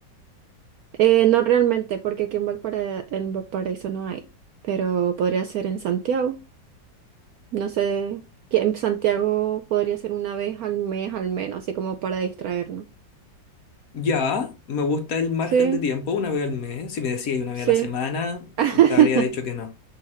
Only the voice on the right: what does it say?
Eh, no realmente, porque aquí en Valpara- en Valparaíso no hay, pero podría ser en Santiago. No sé, que en Santiago podría ser una vez al mes al menos, así como para distraernos.
Sí,
sí.
<laughs>